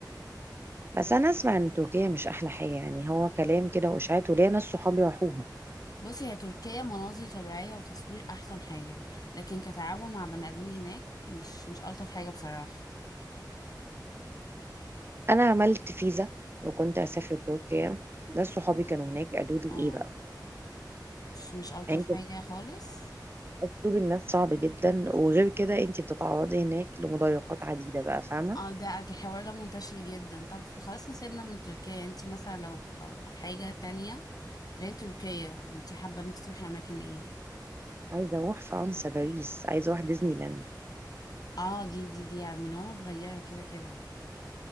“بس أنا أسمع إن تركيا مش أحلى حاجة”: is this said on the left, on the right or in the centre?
Right